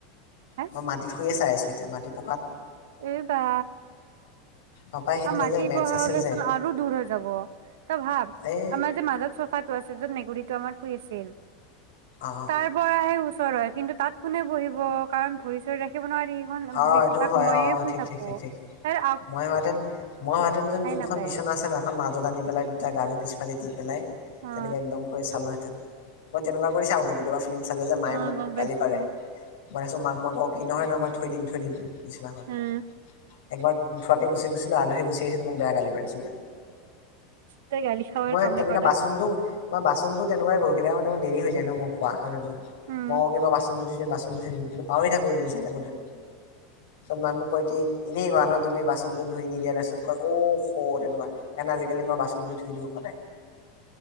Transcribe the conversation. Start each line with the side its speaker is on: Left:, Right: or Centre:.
Right: হে
Left: মই মাটিত শুইয়ে চাই আছোঁ, এতিয়া মাটি পকাত
Right: <unintelligible> বা
Left: পাপাই সেইদিনা
Right: মাটিৰ
Left: যে মেটছ
Right: পৰা
Left: আছিল
Right: হ'লেচোন
Left: যে
Right: আৰু দূৰ হৈ যাব। তই ভাব
Left: এ
Right: আমাৰ যে, মাজত চোফাটো আছে যে, মেকুৰী আমাৰ শুই আছিল,
Left: অ অ
Right: তাৰ পৰাহে ওচৰ হয়, কিন্তু তাত কোনে বহিব? কাৰণ ভৰি চৰি ৰাখিব নোৱাৰি, <unintelligible>
Left: অ অ
Right: বেছিভাগ
Left: এইটো হয়
Right: মইয়ে
Left: অ
Right: শুই
Left: ঠিক
Right: থাকো
Left: ঠিক ঠিক ঠিক
Right: আৰু
Left: মই হোৱাহেঁতেন, মই হোৱাহেঁতেন যেন-যোনখন
Right: নাপায়
Left: বিচনা আছে নহয়, এখন মাজত আনি পেলাই দুটা গাৰু পিছফালে দি পেলাই
Right: অ
Left: তেনেকে একদম কৰি চালোহেঁতেন, মই তেনেকুৱা কৰি চাওঁতো কেতিয়াবা। ফিলিম চালে যে, মায়ে
Right: অ
Left: মোক
Right: গম পাইছো
Left: গালি পাৰে, মই <unintelligible> মাক মই কওঁ কি নহয়, নহয় মই থৈ দিম, থৈ দিম। বিচনাখন
Right: উম
Left: একবাৰ নোথোৱাকে গুচি গৈছিলোঁ, আলহী গুচি আহিছিল মোক বেয়া গালি পাৰি
Right: তই গালি খাৱাৰ
Left: মই
Right: কামেই
Left: তেনেকে
Right: কৰা
Left: বাচনটো মই বাচনটো তেনেকুৱাই কৰোঁ, কেতিয়াবা মানে মোৰ দেৰি হৈ যায় ন মই খোৱা হয় নহয়।
Right: উম
Left: মই কি মই বাচন ধুই থয় দিম ধুই থয় দিম। কিন্তু পাহৰি থাকো ৰিল চাই থাকোতে। চ'ব মানুহ কয় কি ইনে কোৱা ন। তুমি বাচনটো ধুই নিদিয়াৰ তাৰপাৰছত কয় অ' স তেনেকুৱা কাৰণে আজিকালি মই বাচনটো ধুই দিওঁ সদায়। <inaudible>